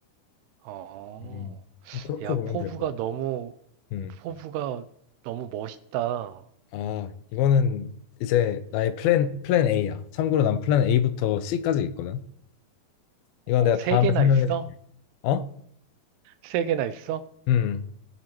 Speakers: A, on the right; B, on the left.
A: 어,
B: 음, 그렇게
A: 야,
B: 보면
A: 포부가
B: 될 것 같아.
A: 너무,
B: 음,
A: 포부가 너무 멋있다.
B: 아, 이거는 이제 나의 플랜, 플랜 A야. 참고로 난 플랜 A부터 C까지 있거든. 이건
A: 어,
B: 내가
A: 세
B: 다음에
A: 개나
B: 설명해
A: 있어?
B: 줄게. 어?
A: 세 개나 있어?
B: 음,